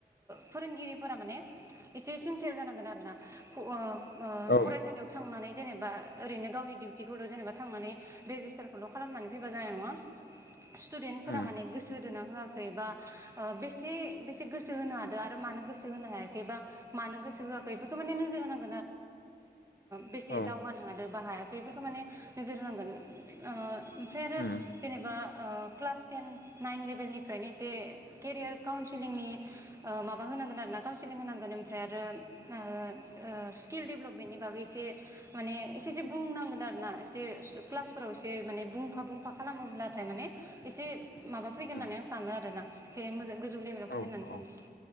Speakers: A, on the right (about 15°); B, on the left (about 80°).
A: <unintelligible> फोरोंगिरिफोरा माने एसे सिनसियार जानांगोन आरो ना <unintelligible> ओ
B: औ
A: फरायसालियाव थांनानै। जेनोबा ओरैनो गावनि दिउटिखौल जेनेबा थांनानै रेजिस्टारखौल खालामनानै फैबा जानाय नङा। सितुदेनफोर
B: उम
A: माने गोसो होदोंना होआखै बा ओ बेसे बेसे गोसो होनो हादों आरो मानो गोसो होनो हायाखै बा मानो गोसो होआखै इफोरखौ माने नोजोर होनां <unintelligible> ओ बेसे
B: औ
A: दावगानो हादों। बा हायाखैफोरखौ माने नोजोर होनांगोन ओ ओमफ्राय आरो
B: उम
A: जेनेबा ओ क्लास टेन नाइन लेभेलनिफ्रायनो जे केरियार काउनसिलिंनि ओ माबा होनांगोन आरोना काउनसिलिं होनांगोन ओमफ्राय आरो ओ ओ स्किल डेभलपमेन्टनि बागै एसे माने एसे एसे बुंनांगोन आरो ना एसे क्लासफोराव एसे माने बुंफा बुंफा खालामोब्लाथाय माने एसे माबा फैगोन
B: उम
A: होननानै आं सानो आरोना। जे मोजां गोजौ लेभेलाव फैगोन
B: औ
A: होननानै
B: औ
A: सानो